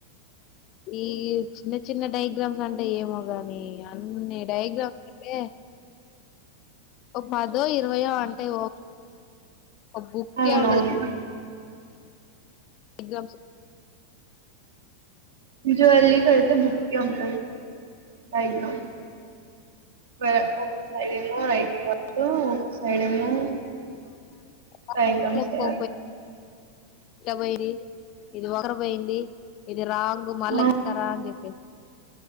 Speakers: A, on the left; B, on the right.
A: ఈ చిన్న చిన్న డైయ్ గ్రామ్స్ అంటే ఏమో గాని అన్ని డయాగ్రామ్స్ అంటే ఒక పదో ఇరవయో అంటే ఓ ఒక బుక్కే
B: అవునవును
A: ఉంటది ఎగ్జామ్స్
B: జూవాలాజీ కి అయితే బుక్కే ఉంటది డయాగ్రామ్ <unintelligible> మోడ్ అయిపోయే వరకు ఒక సైడ్ ఏమో
A: <inaudible>
B: డయాగ్రామ్స్
A: ఇట్టా
B: వేయాలి
A: పోయిరీ ఇది ఒకరి పోయింది ఈ ఇది రాంగు మళ్ళా
B: ఆ,
A: గీసుకురా అని చెప్పేసి